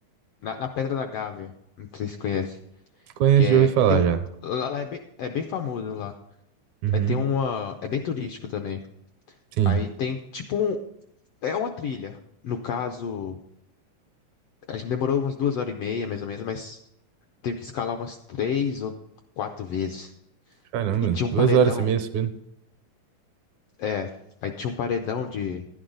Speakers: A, on the left (about 80°); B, on the right (about 75°).
A: na, na Pedra da Gávea, não sei se você conhece,
B: Conheço,
A: que é,
B: já ouvi falar
A: que tem um,
B: já.
A: lá, lá é bem, é bem famoso lá,
B: Uhum.
A: é, tem uma, é bem turístico também,
B: Sim.
A: aí tem tipo, um, é uma trilha, no caso, a gente demorou umas duas horas e meia, mais ou menos, mas teve que escalar umas três ou quatro vezes.
B: Caramba,
A: E tinha um
B: duas
A: paredão,
B: horas e meia subindo.
A: é, aí tinha um paredão de,